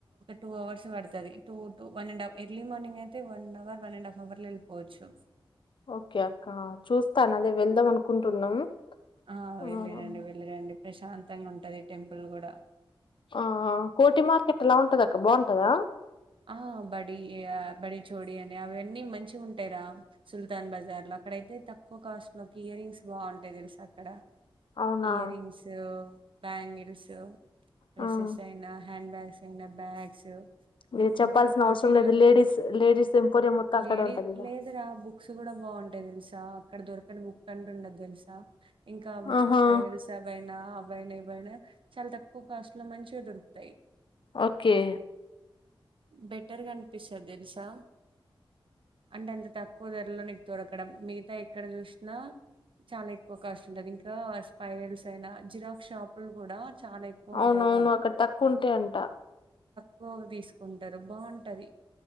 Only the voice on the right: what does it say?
టూ అవర్స్ వడతది, two two one and half. Early morning అయితే one hour, one and half hour లో వెళ్ళిపోవచ్చు.
ఆ
వెళ్లిరండి వెళ్లిరండి. ప్రశాంతంగా ఉంటది టెంపుల్ కూడా.
ఆ! బడి ఆహ్, బడి చోడి అని అవన్నీ మంచిగ ఉంటయ్ రా, సుల్తాన్ బజార్ ల అక్కడయితే తక్కువ కాస్ట్ లోకి ఇయర్ రంగ్స్ బాగుంటయ్ తెలుసా అక్కడ.
ఇయర్ రింగ్స్ బ్యాంగిల్స్ డ్రెస్సెస్
అయినా హ్యాండ్ బ్యాగ్స్ అండ్ బ్యాగ్స్
ఇంకా కోటీల్లో,
లేడీ
లేదురా బుక్స్ కూడా బాగుంటయ్ తెలుసా, అక్కడ దొరకని బుక్ అంటూ ఉండదు తెలుసా, ఇంకా
స్పైరల్స్ అవైనా అవైనా ఇవైనా చాలా తక్కువ కాస్ట్ లో మంచిగా దొరుకుతయ్.
బెటర్గా అనిపిస్తది తెలుసా, అంటే అంత తక్కువ ధరలో నీకు దొడకడం మిగతా ఎక్కడ చూసినా, చాలా ఎక్కువ కాస్ట్ ఉంటది. ఇంకా స్పైరల్స్ అయినా జిరాక్ షాపులు కూడా చాలా ఎక్కువ
ఉంటాయి
పో తీస్ ఉంటరు బావుంటది.